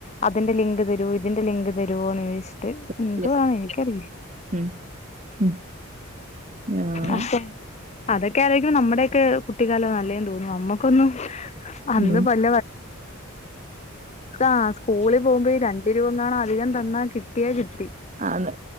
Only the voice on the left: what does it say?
അതിന്റെ ലിങ്ക് തരുവൊ ഇതിന്റെ ലിങ്ക് തരുവൊ ന്ന് ചോയിച്ച ചിട്ട്
എന്തുവാ എനിക്കറിയില്ല
അസെ അതൊക്കെ ആലോയ്ക്കുമ്പോ നമ്മുടെ ഒക്കെ കുട്ടിക്കാല നല്ലേെന്ന് തോന്നുന്നു നമ്മക്കൊന്നും അന്ന്
പല്ല വ താ സ്കൂളി പോകുമ്പോ രണ്ട രൂപ ങ്ങാനും അധികം തന്നാ കിട്ടിയാ കിട്ടി